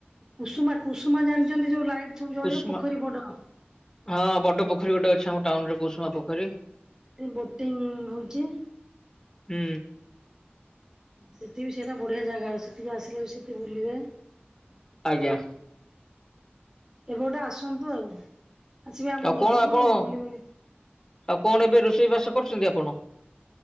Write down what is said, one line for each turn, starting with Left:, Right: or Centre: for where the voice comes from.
Right: କୁସୁମା କୁସୁମା ଜାଣିଛନ୍ତି ଯୋଉ ଲାଇଟ୍ ସବୁ ଜଳିବ
Left: କୁସୁମା
Right: ପୋଖରୀ ବଡ
Left: ହଁ ବଡ ପୋଖରୀ ଗୋଟେ ଅଛି ଆମ ଟାଉନ ରେ କୁସୁମା ପୋଖରୀ।
Right: ଏ ବୋଟିଂ ହଉଛି।
Left: ହୁଁ।
Right: ସେଠି ବି ସେଇଟା ବଢିଆ ଜାଗା ଅ ସେଠିକି ଆସିଲେ ବି ସେଠି ବୁଲିବେ।
Left: ଆଜ୍ଞା।
Right: କେବେ ଗୋଟେ ଆସନ୍ତୁ ଆଉ। ଆସିବେ ଆମ
Left: ଆଉ
Right: ଘରକୁ
Left: କଣ ଆପଣ
Right: ବୁଲିବେ
Left: ଆଉ କଣ ଏବେ ରୋଷେଇ ବାସ କରୁଛନ୍ତି ଆପଣ?